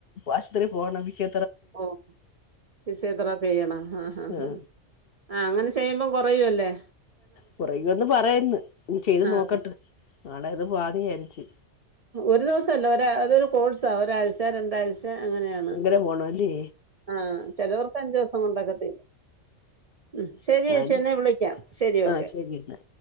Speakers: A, on the left; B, on the right.
A: ആശുപത്രി പോണം ഫിസി
B: ഓഹ് ഫിസിയോ തെറാപ്പി ചെയ്യണോ? ആഹ ഹഹ
A: ആ
B: ഹ ആഹ് അങ്ങനെ ചെയ്യുമ്പം കൊറയൂല്ലേ?
A: കൊറയന്ന് പറയ്ന്ന് ചെയ്ത്
B: ആഹ്
A: നോക്കട്ട് നാളെ അത് വാതി അര്ച്ച്.
B: ഒരു ദിവസംല്ല ഒരാ അതൊരു കോഴ്സാ ഒരാഴ്ച രണ്ടാഴ്ച അങ്ങനെയാണ്.
A: അങ്ങനെ പോണല്ലേ
B: ആഹ് ചെലവർക്ക് അഞ്ചുവ്സം കൊണ്ടൊക്കെ തീരും. ഉം ശെരിയേച്ചി
A: ഞാനും
B: ന്നാ വിളിക്കാം ശെരി
A: ആ
B: ഓക്കെ.
A: ശരി എന്നാ